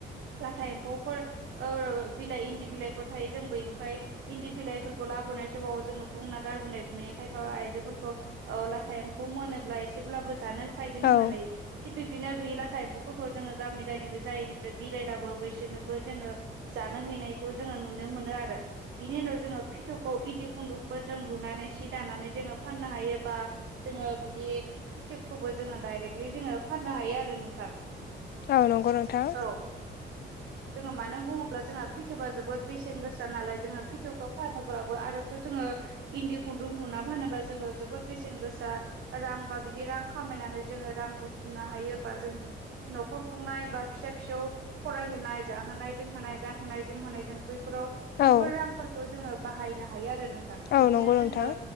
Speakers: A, on the right; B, on the left.
A: लाथा एम्फौफोर औ बिलाइ इन्दि बिलाइफोर थायो जों बैनिफाय इन्दि बिलाइफोरखौ लाबोनाय समाव जोङो बुंना गारबोनायबो नुयो खायफा आइजोफोरखौ औ लाथा एम्फौ मोनोब्ला एसेब्लाबो जानो फायगोन
B: औ
A: होननानै थिग बिब्दिनो बे लाथा एम्फौफोरखौ जोङो गामि गामिबो जायैनिफ्राय बिलाइलाबो बैसोरनोबो जोङो जानो हैनायखौ जोङो नुनो मोनो आरो बिनि उनाव जोङो फिथौखौ इन्दि खुन्दुंबो जों लुनानै सि दानानै जोङो फाननो हायो बा जोङो बिदि फिथोबखौबो जोङो डाइरेक्टलि जोङो फाननो हायो आरो नोंथां
B: औ नोंगौ नोंथां
A: औ जोङो मानो बुङोब्ला जोंहा फिथोबआ जोबोद बेसेन गोसा नालाय जोङो फिथौखौ फानोब्लाबो आरोथ' जोङो इन्दि खुन्दुं लुना फानोबा जोङो जोबोद बेसेन गोसा रां बा बिदि रां खामायनानै जोङो रां बुथुमनो हायोबा जोंनि नख नखर खुंनाय बा फिसा फिसौ फरायहोनाय जाहोनाय लोंहोनाय गानहोनाय जोमहोनायजों बैफोराव बैफोर
B: औ
A: रांफोरखौ जोङो बाहायनो हायो आरो नोंथां
B: औ
A: बिदिनो
B: नंगौ नोंथां
A: जोङो